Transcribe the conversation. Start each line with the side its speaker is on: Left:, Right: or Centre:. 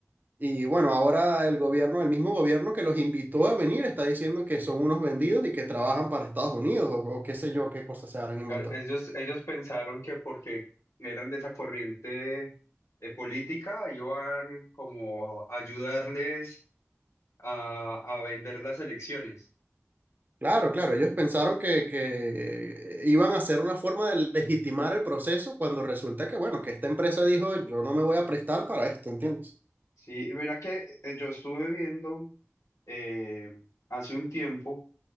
Right: Y bueno, ahora el gobierno, el mismo gobierno que los invitó a venir, está diciendo que son unos vendidos y que trabajan para Estados Unidos o, o qué sé yo, qué cosas se habrán inventado.
Left: claro, ellos, ellos pensaron que porque eran de esa corriente eh, política iban como a ayudarles a, a vender las elecciones.
Right: Claro, claro, ellos pensaron que, que iban a hacer una forma de legitimar el proceso cuando resulta que, bueno, que esta empresa dijo, yo no me voy a prestar para esto, ¿entiendes?
Left: Sí, y mira que eh, yo estuve viendo eh, hace un tiempo